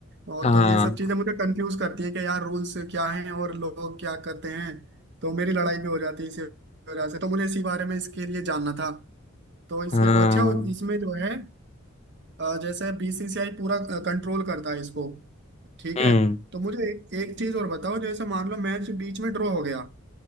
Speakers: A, on the right; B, on the left.
A: और
B: हाँ
A: तो ये सब चीजें मुझे कंफ्यूज करती हैं कि यार रूल्स क्या हैं और लोग क्या करते हैं तो मेरी लड़ाई भी हो जाती है इसी वजह से तो मुझे इसी बारे में इसके लिए जानना था तो इसके
B: हाँ
A: अच्छा इसमें जो है अ, जैसे बीसीसीआई पूरा कंट्रोल करता है इसको ठीक
B: हम्म
A: है तो मुझे एक, एक चीज और बताओ जैसे मान लो मैच बीच में ड्रॉ हो गया